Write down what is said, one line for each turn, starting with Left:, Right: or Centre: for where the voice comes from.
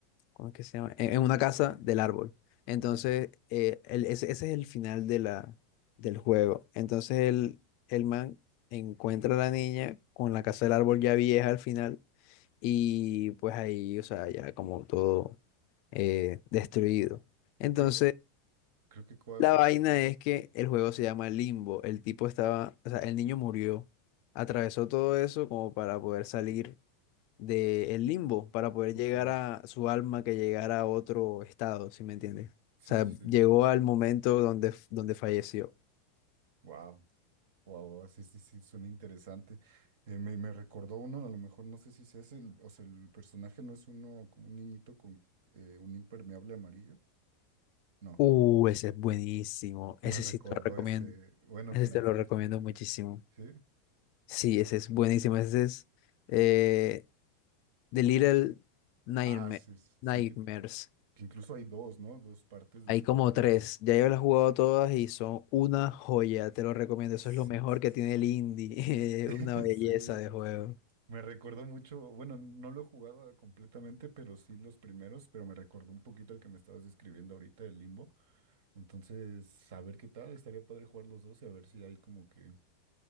Left: ¿cómo es que se llama? En, en una casa del árbol. Entonces,
Right: Ah,
Left: eh, el- ese, ese es el final de la, del juego. Entonces, el, el man encuentra a la niña con la casa del árbol ya vieja al final y pues ahí, o sea, ya como todo eh, destruido. Entonces,
Right: creo, creo que cuál
Left: la
Right: sé
Left: vaina
Right: cuál dices.
Left: es que el juego se llama Limbo. El tipo estaba, o sea, el niño murió, atravesó todo eso como para poder salir del limbo, para poder
Right: Ok,
Left: llegar a su alma que llegara a otro estado, si me entiendes? O
Right: sí,
Left: sea,
Right: sí, sí.
Left: llegó al momento donde, donde falleció.
Right: Wow, wow, sí, sí, sí, suena interesante. Eh, me, me recordó uno, a lo mejor no sé si es el, o sea, el personaje no es uno como un niñito con eh, un impermeable amarillo. No,
Left: Uh, ese es buenísimo.
Right: me
Left: Ese
Right: recordó
Left: sí te lo recomiendo.
Right: ese, bueno,
Left: Ese
Right: con
Left: sí
Right: la
Left: te
Right: descripción,
Left: lo recomiendo muchísimo.
Right: sí.
Left: Sí, ese es buenísimo. Ese es. eh, The Little Nightma-
Right: Ah, sí, sí,
Left: Nightmares.
Right: que, que incluso hay dos, ¿no? Dos partes
Left: Hay
Right: de ese
Left: como
Right: juego.
Left: tres. Ya yo las he jugado todas y son una joya. Te lo recomiendo.
Right: Sí,
Left: Eso es lo mejor
Right: sí,
Left: que
Right: sí.
Left: tiene el indie. <laughs> Una
Right: <laughs>
Left: belleza
Right: Sí,
Left: de juego.
Right: sí. Me recuerdo mucho, bueno, no lo he jugado completamente, pero sí los primeros, pero me recordó un poquito el que me estabas describiendo ahorita, el Limbo. Entonces, a ver qué tal, estaría padre jugar los dos y a ver si hay como que